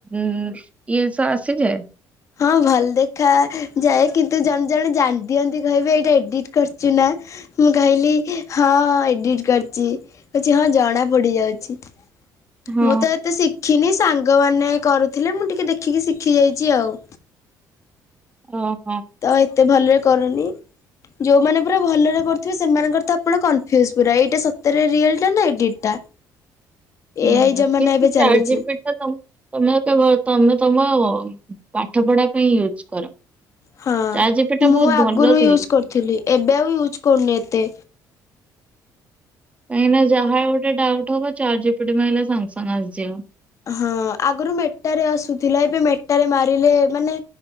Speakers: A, on the right; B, on the left.
A: ଇଏସ ଆସିଯାଏ।
B: ହଁ ଭଲ ଦେଖ ଯାଏ, କିନ୍ତୁ ଜଣେ ଜଣେ ଜାଣି ଦିଅନ୍ତି କହିବେ ଏଇଟା ଏଡିଟ କରି ଚୁନା ମୁଁ କହିଲି ହଁ ଏଡିଟ କରିଛିଛି ହଁ ଜଣା ପଡି ଯାଉଛି।
A: ହଁ
B: ମୁଁ ତ ଏତେ ଶିଖିନି ସାଙ୍ଗମାନୋନ କରୁଥିଲେ ମୁଁ ଟିକେ ଦେଖିକି ଶିଖି ଯାଇଛି ଆଉ।
A: ଓହୋ
B: ତ ଏତେ ଭଲରେ କରୁନି। ଯୋଉମାନେ ପୁରା ଭଲରେ କରୁଥିବେ ସେମାନଙ୍କର ତ ଆପଣ କନଫ୍ୟୁଜ ପୁରା ଏଇଟା ସତରେ ରିୟାଲ ଟା ନା ଏଟ ଟା
A: ହୁଁ
B: ଏଆଇ ଜମାନା
A: କେ
B: ଏବେ
A: ଚଜି
B: ଚାଲିଛି
A: ପି ତମ କେ ତମ ତ ପାଠ ପଢା ପାଇଁ ୟୁଜ କର।
B: ହଁ
A: ଚାଟ୍ ଜିପିଟି ଟା
B: ମୁଁ
A: ବହୁତ
B: ଆଗରୁ
A: ଭଲ
B: ୟୁଜ୍
A: ଥାଏ
B: କରିଥିଲି ଏବେ ଆଉ ୟୁଜ୍ କରୁନି ଏତେ
A: କାହିଁକି ନା ଯାହା ଗୋଟେ ଡାଉଟ ହବ ଚାରଜପିଡି ମଲେ ସାଙ୍ଗେ ସାଙ୍ଗେ ଆସିଯିବ।
B: ହଁ ଆଗରୁ ମେଟ ରେ ଆସୁଥିଲା ଏବେ ମେଟ ମଟାରେ ମାରିଲେ ମାନେ